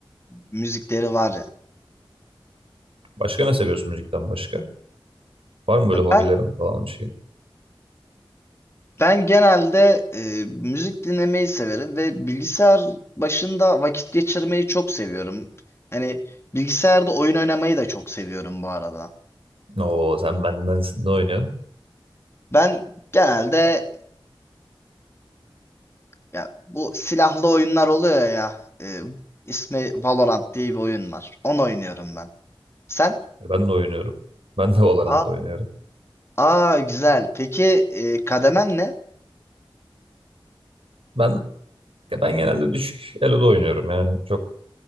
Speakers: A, on the left; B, on the right.
A: müzikleri var ya.
B: Başka ne seviyorsun müzikten başka? Var mı
A: Ya
B: böyle hobilerin
A: Ben
B: falan bir şeyin?
A: ben genelde e, müzik dinlemeyi severim ve bilgisayar başında vakit geçirmeyi çok seviyorum. Hani bilgisayarda oyun oynamayı da çok seviyorum bu arada.
B: Oo sen bendensin. Ne oynuyorsun?
A: Ben genelde ya bu silahlı oyunlar oluyor ya. E, ismi Valorant diye bir oyun var. Onu oynuyorum ben. Sen?
B: E, Ben de oynuyorum. Ben de Valorant
A: Aa.
B: oynuyorum.
A: Aa güzel. Peki e, kademen ne?
B: Ben ya ben genelde düşük elo'da oynuyorum yani. Çok